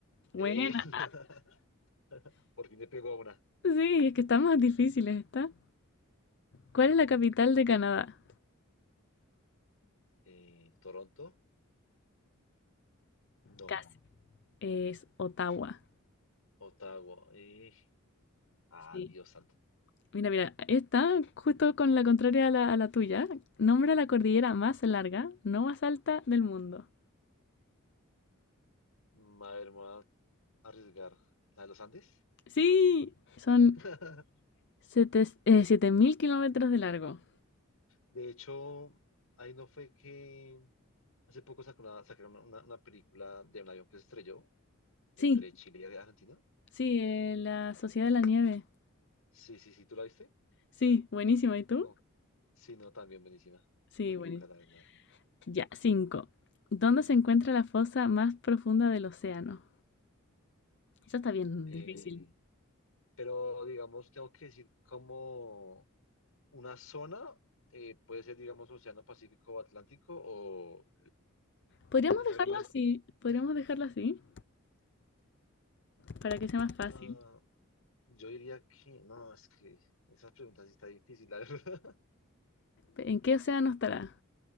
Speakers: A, on the left; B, on the left.
A: buena.
B: Eh, <laughs> por fin le pegó a una.
A: Sí, es que están más difíciles, ¿está? ¿Cuál es la capital de Canadá?
B: Eh, ¿Toronto? No.
A: Casi. Es Ottawa.
B: Ottawa. Eh, ah,
A: Sí.
B: Dios santo.
A: Mira, mira, esta, justo con la contraria a la, a la tuya, nombra la cordillera más larga, no más alta del mundo.
B: Mm, A ver, me voy a arriesgar. ¿La de los Andes?
A: Sí, son
B: <laughs>
A: siete eh, 7.000 kilómetros de largo.
B: De hecho, ahí no fue que hace poco sacó una, sacaron una, una- una película de un avión que se estrelló entre
A: Sí,
B: Chile y Argentina.
A: sí, eh, la Sociedad de la Nieve.
B: Sí, sí, sí, ¿tú la viste?
A: Sí, buenísima. ¿Y tú?
B: No. Sí, no, también buenísima.
A: Sí,
B: Muy
A: buenísima.
B: loca, la verdad.
A: Ya, cinco. ¿Dónde se encuentra la fosa más profunda del océano? Eso está bien
B: Eh,
A: difícil.
B: pero digamos, tengo que decir como una zona, eh, puede ser, digamos, Océano Pacífico o Atlántico, o
A: Podríamos
B: es
A: dejarlo
B: algo más,
A: así, podríamos dejarlo así, para que sea más fácil.
B: ah, yo diría que, no, es que esas preguntas sí está difícil, la verdad. <laughs>
A: ¿En qué océano estará?